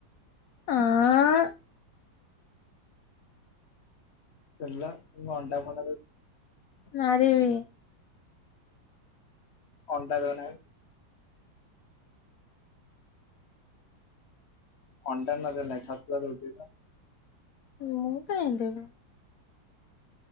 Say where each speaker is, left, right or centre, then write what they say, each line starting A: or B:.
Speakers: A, on the left (about 55°); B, on the left (about 35°).
A: ଆଁ ଆ।
B: ପିଲା <unintelligible>
A: ମାରିବି।
B: ଅଣ୍ଡା ଦଉ ନାହା ଅଣ୍ଡା ନ ଦେଲେ ନାଇ ଛତୁଆ ଦଉଛି ତ?
A: ମୁଁ କାଇଁ ଦେବି।